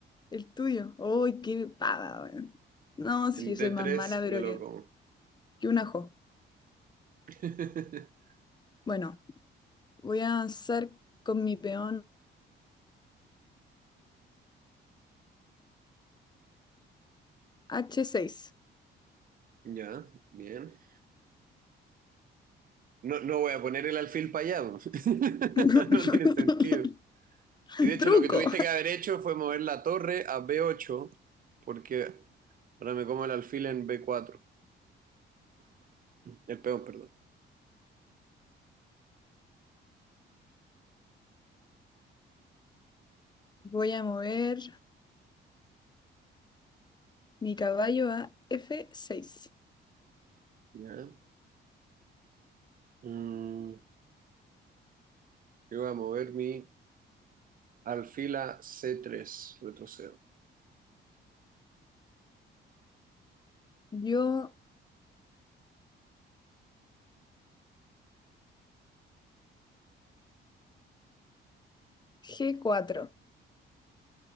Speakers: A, on the left; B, on the right.
A: el tuyo. ¡Ay, qué pava, weón! No, si
B: En
A: yo soy
B: d
A: más
B: tres
A: mala, pero
B: me
A: que
B: lo como.
A: que un ajo.
B: <laughs>
A: Bueno, voy a avanzar con mi peón h seis.
B: Ya, bien. No, no voy a poner el alfil para allá. po. <laughs>
A: <laughs>
B: No tiene sentido.
A: <laughs> El
B: Y de hecho
A: Truco.
B: lo que tuviste que haber hecho fue mover la torre a b ocho porque ahora me como el alfil en b cuatro. El peón, perdón.
A: Voy a mover mi caballo a F6.
B: Ya. Mm, yo voy a mover mi alfil a c tres retrocedo.
A: Yo G4.